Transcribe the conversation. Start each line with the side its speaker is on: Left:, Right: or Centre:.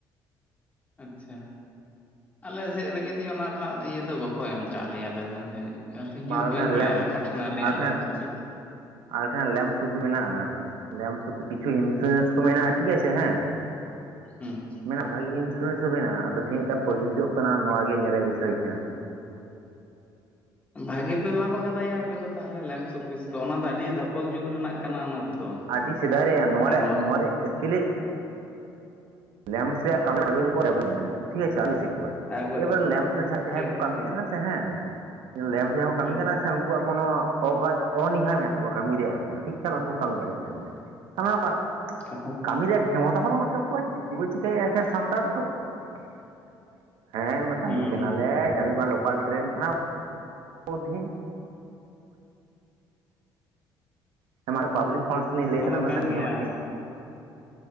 Left: ᱟᱪᱪᱷᱟ, ᱟᱞᱮ ᱥᱮᱫ ᱨᱮᱜᱮ ᱛᱚ ᱭᱟ ᱚᱱᱟ ᱨᱮᱱᱟᱜ ᱤᱭᱟᱹ ᱫᱚ ᱵᱟᱠᱚ ᱮᱢ ᱠᱟᱫ ᱞᱮᱭᱟ ᱟᱞᱮ ᱫᱚ ᱡᱟᱹᱱᱤᱡ᱾ ᱟᱨ ᱛᱚ ᱤᱧ
Right: ᱵᱟ
Left: ᱦᱚᱸ
Right: ᱟᱞᱮ
Left: ᱵᱟᱹᱧ
Right: ᱴᱷᱮᱱ
Left: ᱵᱟᱲᱟᱭᱟ
Right: ᱞᱮᱢᱯᱥ
Left: ᱟᱠᱟ
Right: ᱚᱯᱷᱤᱥ
Left: ᱴᱷᱮᱱ ᱟᱞᱮᱭᱟᱜ
Right: ᱟᱞᱮ
Left: ᱞᱮᱢᱯᱥ
Right: ᱴᱷᱮᱱ
Left: ᱚᱯᱷᱤᱥ,
Right: ᱟᱞᱮ ᱴᱷᱮᱱ ᱞᱮᱢᱯᱥ ᱚᱯᱤᱥ ᱢᱮᱱᱟᱜᱼᱟ, ᱞᱮᱢᱯᱥ ᱩᱯᱷᱤᱥ ᱠᱤᱪᱷᱩ ᱤᱱᱥᱩᱨᱮᱱᱥ ᱠᱚ ᱢᱮᱱᱟᱜ-ᱟ ᱴᱷᱤᱠ ᱟᱪᱮ ᱦᱮᱸ,
Left: ᱦᱩᱸ᱾
Right: ᱢᱮᱱᱟᱜ-ᱟ ᱵᱷᱟᱜᱤ ᱤᱱᱥᱩᱨᱮᱱᱥ ᱦᱚᱸ ᱢᱮᱱᱟᱜ-ᱟ, ᱟᱫᱚ ᱛᱤᱱᱟᱹᱜ ᱴᱟ ᱯᱨᱚᱡᱳᱡᱡᱚᱜ ᱠᱟᱱᱟ ᱱᱚᱣᱟ ᱜᱮ ᱧᱮᱞ ᱨᱮᱭᱟᱜ ᱵᱤᱥᱚᱭ ᱠᱟᱱᱟ᱾
Left: ᱵᱷᱟᱜᱮ ᱯᱮ ᱞᱟᱵᱷ ᱟᱠᱟᱫᱟᱭᱟ ᱟᱯᱮ ᱫᱚ ᱛᱟᱦᱚᱞᱮ ᱞᱮᱢᱯᱥ ᱚᱯᱷᱤᱥ ᱫᱚ ᱚᱱᱟ ᱫᱚ ᱟᱹᱰᱤ ᱫᱷᱟᱯᱚᱞ ᱡᱩᱜᱽ ᱨᱮᱱᱟᱜ ᱠᱟᱱᱟ ᱚᱱᱟ ᱠᱚᱫᱚ᱾
Right: ᱟᱹᱰᱤ ᱥᱮᱫᱟᱭ ᱨᱮᱭᱟᱜ ᱱᱚᱣᱟ
Left: ᱟᱵᱚ
Right: ᱨᱮᱭᱟᱜ ᱱᱚᱣᱟᱨᱮ ᱮᱠᱪᱩᱞᱤ ᱞᱮᱢᱥ ᱨᱮᱭᱟᱜ ᱠᱟᱹᱢᱤ ᱮᱵᱮᱞ ᱮᱵᱮᱞ ᱠᱚ ᱰᱮᱵᱞᱳᱵᱢᱮᱱ <unintelligible> ᱠᱚᱣᱟ
Left: ᱮᱠᱵᱟᱨ
Right: ᱮᱵᱟᱨᱮ
Left: ᱮᱠᱵᱟᱨ
Right: ᱞᱮᱢᱥ ᱥᱮ ᱡᱟᱦᱟᱸᱭ
Left: ᱴᱷᱤᱠ
Right: ᱠᱚ ᱠᱟᱹᱢᱤ
Left: ᱴᱷᱤᱠ
Right: ᱠᱟᱱᱟ ᱥᱮ ᱦᱮᱸ ᱞᱮᱢᱯ ᱡᱟᱦᱟᱸ ᱠᱚ ᱠᱟᱹᱢᱤ
Left: ᱦᱩᱸ
Right: ᱠᱟᱱᱟ ᱥᱮ ᱩᱱᱠᱩᱣᱟᱜ ᱠᱳᱱᱳ ᱚᱜᱟᱡᱽ ᱚᱱᱤᱦᱟ ᱢᱮᱱᱟᱜ ᱛᱟᱠᱚᱣᱟ ᱠᱟᱹᱢᱤ ᱨᱮᱭᱟᱜ ᱦᱚᱸ ᱴᱷᱤᱠ ᱴᱷᱟᱠ ᱵᱟᱝᱠᱚ ᱠᱟᱹᱢᱤ ᱫᱟᱲᱮᱭᱟᱜ ᱠᱟᱱᱟ ᱛᱟᱨᱢᱟᱱᱮ ᱚᱠᱟ
Left: <unintelligible>
Right: ᱠᱟᱹᱢᱤ ᱨᱮᱭᱟᱜ ᱠᱷᱮᱢᱚᱛᱟ ᱦᱚᱸ ᱵᱟᱹᱱᱩᱜ ᱛᱟᱠᱚᱣᱟ ᱪᱮᱫ ᱡᱮ ᱠᱚ ᱪᱮᱠᱟᱭᱮᱫ ᱮᱠᱷᱮᱱ ᱥᱟᱱᱛᱟᱲ ᱛᱚ ᱾ ᱦᱮᱸ ᱢᱮ ᱠᱟᱢᱤ
Left: ᱦᱩᱸ
Right: ᱠᱟᱱᱟᱞᱮ ᱪᱟᱹᱞᱩᱜ ᱠᱷᱟᱱ ᱞᱳᱠᱟᱞ ᱴᱨᱮᱹᱱ ᱠᱷᱚᱱᱟᱜ ᱩᱫᱷᱤᱱ ᱾ <unintelligible> ᱵᱟᱵᱩᱞᱤ ᱯᱷᱚᱞᱥ ᱱᱤᱭᱮ
Left: ᱠᱟᱛᱷᱟ
Right: ᱞᱟᱹᱭ ᱛᱟᱞᱟᱝ
Left: ᱫᱚ
Right: ᱢᱮ
Left: ᱠᱟᱱ
Right: ᱠᱟᱹᱴᱤᱡ ᱟᱸᱡᱚᱢᱟᱜ
Left: ᱜᱮᱭᱟ
Right: ᱜᱮ ᱾